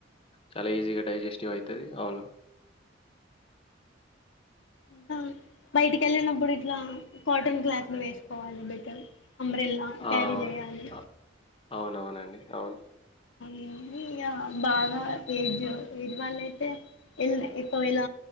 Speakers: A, on the left (about 30°); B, on the left (about 65°).
A: చాలా ఈజీగా డైజెస్టివ్ అవుతది అవును
B: ఇకా బయటికి వెళ్ళినప్పుడు ఇట్లా కాటన్ క్లాత్ లు వేసుకోవాలి బెటర్ అంబ్రెల్లా
A: ఆ!
B: క్యారీ
A: అవును.
B: చేయాలి
A: అ అవునవునండి అవున్
B: ఏంది ఇగ బాగా ఏజ్ ఏజ్ వాళ్ళ అయితే ఎక్కువేళ